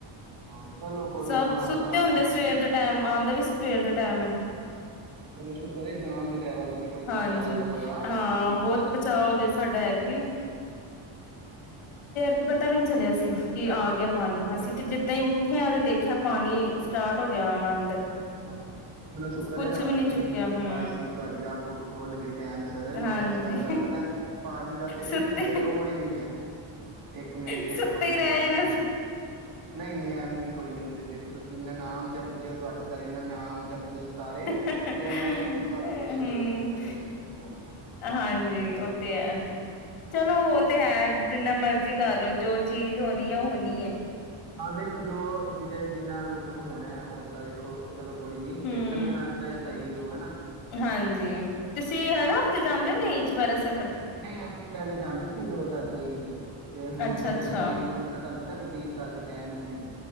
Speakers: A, on the right; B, on the left.
A: ਹਾਂ ਚਲੋ ਕੋਈ
B: ਸਭ
A: ਨਾ
B: ਸੁੱਤੇ
A: ਆ
B: ਹੁੰਦੇ ਸਵੇਰ ਦੇ ਟਾਈਮ ਆਦਾ ਵੀ ਸਵੇਰ ਦੇ ਟਾਈਮ ਹੈ।
A: ਚਲੋ ਸ਼ੁਕਰ ਜਾਨ ਵਗੈਰਾ ਦਾ ਨੀ ਕੋਈ
B: ਹਾਂਜੀ
A: ਖਤਰਾ ਹੋਇਆ
B: ਹਾਂ
A: ਨਹੀਂ
B: ਬਹੁਤ
A: ਤੇ ਅੱਜ
B: ਬਚਾਅ
A: ਕੱਲ ਤੁਹਾਨੂੰ
B: ਹੋ ਗਏ
A: ਪਤਾ ਹੀ
B: ਸਾਡਾ
A: ਹੈ
B: ਐਤਕੀ ਕੀ ਪਤਾ ਵੀ ਨਹੀਂ ਚਲਿਆ ਸੀ <inaudible> ਕਿ ਆ ਗਿਆ ਪਾਣੀ
A: ਅੱਛਾ
B: ਅਸੀਂ ਤੇ ਜਿੱਦਾਂ ਓਠੇ ਤੇ ਦੇਖਿਆ ਪਾਣੀ ਸਟਾਰਟ ਹੋ ਗਿਆ ਆਣਾ ਅੰਦਰ
A: ਅੱਛਾ ਚਲੋ ਸ਼ੁਕਰ
B: ਕੁਛ
A: ਏ ਰੱਬ
B: ਵੀ ਨੀ
A: ਦੀ
B: ਚੁੱਕਿਆ
A: ਕਿਰਪਾ
B: ਹੂੰ
A: ਅਸੀ ਤੁਹਾਡੀ ਅੱਖ ਉੱਖ ਖੋਲ ਗਈ ਟਾਈਮ ਸਰ ਨੀ
B: ਹਾਂਜੀ
A: ਤਾਂ ਅੱਜ ਕੱਲ੍ਹ ਤੁਹਾਨੂੰ ਪਤਾ ਹੈ ਪਾਣੀ ਪਾਣੀ ਦਾ ਤੇ
B: ਸੁੱਤੇ
A: ਕੋਈ ਉਹਹੀ ਨੀ ਹੈ ਇੱਕ ਮਿੰਟ
B: ਸੁੱਤੇ
A: ਚ ਪਾਣੀ
B: ਹੀ ਰਹਿ
A: ਆ ਜਾਂਦਾ
B: ਜਾਣਾ ਸੀ
A: ਨਹੀਂ ਨਹੀਂ ਐਵੇਂ ਨੀ ਕੋਈ ਨੀ ਉਹ ਤੇ ਦੇਖੋ ਤੁਸੀਂ ਇੰਨਾ ਨਾਮ ਜਪਦੇ ਹੋ ਤੁਹਾਡੇ। ਕਰਨਾ ਨਾਮ ਜਪਦੇ ਨੇ ਸਾਰੇ
B: ਹੂੰ,
A: ਤੇ ਐਵੇਂ ਦੇਖੋ ਸਭ ਕੁਛ ਸਹੀ ਹੁੰਦਾ ਜੋ ਹੁੰਦਾ
B: ਹਾਂਜੀ ਉਹ ਤੇ ਹੈ। ਚਲੋ
A: ਹਾਂਜੀ
B: ਉਹ
A: ਹੋਰ
B: ਤੇ ਹੈ ਜਿੰਨਾ ਮਰਜ਼ੀ ਕਰ ਲੋ ਜੋ ਚੀਜ਼ ਹੋਣੀ ਹੈ ਉਹ ਹੋਣੀ ਹੈ
A: ਹਾਂ ਦੇਖੋ ਜੋ ਜਿਹਦੇ ਜਿੰਨਾ ਮਤਲਬ ਹੋਣਾ ਉਓਦਾਂ ਦੇਖੋ ਚਲੋ ਕੋਈ ਨੀ
B: ਹੂੰ।
A: ਫੇਰ ਕਈਆਂ ਨਾਲ ਤਾਂ ਸਹੀ ਉਹ ਹਨਾ
B: ਹਾਂਜੀ ਤੁਸੀਂ ਹਰ ਹਫ਼ਤੇ ਜਾਂਦੇ ਨੇ ਇ ਚ ਬਾਰ ਸਭ
A: ਨਹੀਂ ਅਸੀਂ ਪਹਿਲੇ ਜਾਂਦੇ ਸੀ ਦੋ ਹਜ਼ਾਰ ਤੇਈ ਚ ਤੇ ਹੁਣ
B: ਅੱਛਾ-ਅੱਛਾ,
A: ਤੇ ਫੇਰ ਅਸੀਂ ਆਪਣਾ ਧਨ ਤਾਂ ਬੁਟੀਕ ਕਰਕੇ ਟਮ ਹੀ ਨਹੀਂ ਮਿਲ